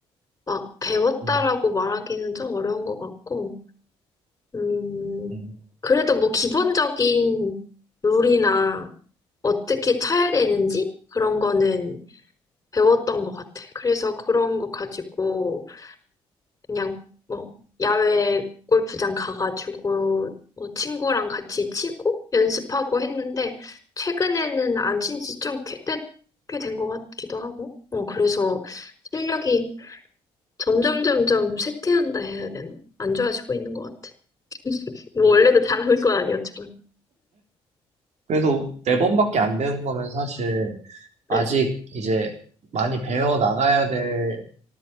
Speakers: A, on the left; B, on the right.
A: 막 배웠다라고
B: 음,
A: 말하기는 좀 어려운 것 같고, 음,
B: 음,
A: 그래도 뭐 기본적인 룰이나 어떻게 쳐야 되는지 그런 거는 배웠던 것 같아. 그래서 그런 거 가지고 그냥 뭐 야외 골프장 가가지고 뭐 친구랑 같이 치고 연습하고 했는데 최근에는 안 친지 좀 꽤 된 것 같기도 하고, 어, 그래서 실력이 점점 점점 쇠퇴한다 해야 되나? 안 좋아지고 있는 것 같아. 뭐
B: 음.
A: 원래도 잘하는 건 아니었지만.
B: 그래도 네 번밖에 안 배운 거면 사실 아직
A: 응,
B: 이제 많이 배워 나가야 될